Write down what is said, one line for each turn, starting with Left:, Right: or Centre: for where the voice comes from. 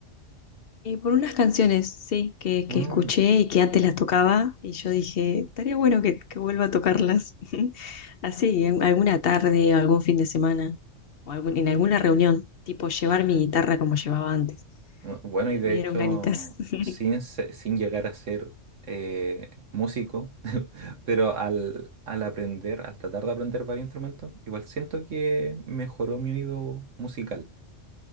Left: Eh, por unas canciones, sí, que,
Right: Mm.
Left: que escuché y que antes las tocaba, y yo dije, estaría bueno que, que vuelva a tocarlas. <laughs> Así, en alguna tarde, algún fin de semana, o algún- en alguna reunión, tipo llevar mi guitarra como llevaba antes.
Right: No, Bueno,
Left: Eh,
Right: y de
Left: me dieron
Right: hecho,
Left: ganitas. <laughs>
Right: sin, se- sin llegar a ser eh, músico, <laughs> pero al, al aprender, al tratar de aprender varios instrumentos, igual siento que mejoró mi oído musical.